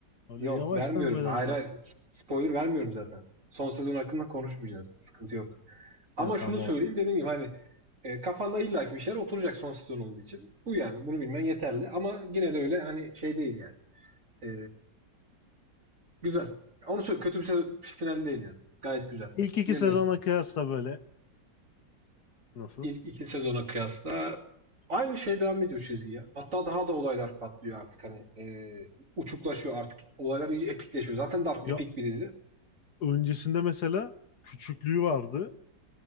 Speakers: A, on the left (about 65°); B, on the right (about 45°).
A: Öyle
B: yok
A: yavaştan
B: vermiyorum.
A: böyle
B: Hayır
A: anlat.
B: hayır spoiler vermiyorum zaten. Son sezon hakkında konuşmayacağız. Sıkıntı yok. Ama
A: Ha
B: şunu
A: tamam
B: söyleyeyim
A: o.
B: dediğim gibi hani e, kafanda illaki bir şeyler oturacak son sezon olduğu için. Bu yani bunu bilmen yeterli. Ama yine de öyle hani şey değil yani. E, Güzel. Onu söyle kötü bir se- final değil yani. Gayet güzel.
A: İlk iki
B: Yerinde
A: sezona
B: bir final.
A: kıyasla böyle nasıl?
B: İlk iki sezona kıyasla aynı şey devam ediyor çizgi ya. Hatta daha da olaylar patlıyor artık hani e, uçuklaşıyor artık. Olaylar iyice epikleşiyor. Zaten Dark
A: Ya
B: epik bir dizi.
A: öncesinde mesela küçüklüğü vardı.